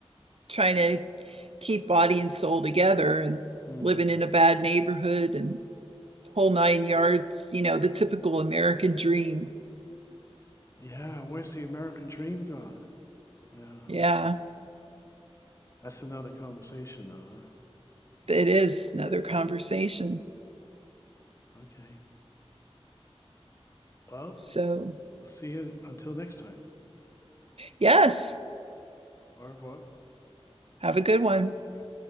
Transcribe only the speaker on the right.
trying to keep body and soul together and
living in a bad neighborhood and whole nine yards, you know, the typical American dream.
<laughs> yeah.
it is another conversation.
So,
yes,
have a good one.